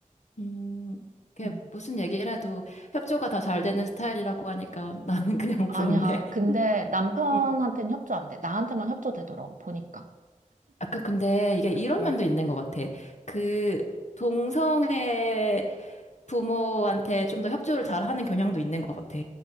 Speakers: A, on the left (about 60°); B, on the right (about 70°).
A: 음. 이게
B: 음.
A: 무슨 얘기를 해도 협조가 다 잘 되는 스타일이라고 하니까 나는 그냥
B: 아니야.
A: <laughs> 부럽네.
B: 근데 남편한테는
A: 음.
B: 협조 안 돼. 나한테만 협조되더라고, 보니까.
A: 아까 근데 이게 이런
B: 어.
A: 면도 있는 것 같아. 그 동성애 부모한테 좀 더 협조를 잘하는 경향도 있는 것 같아.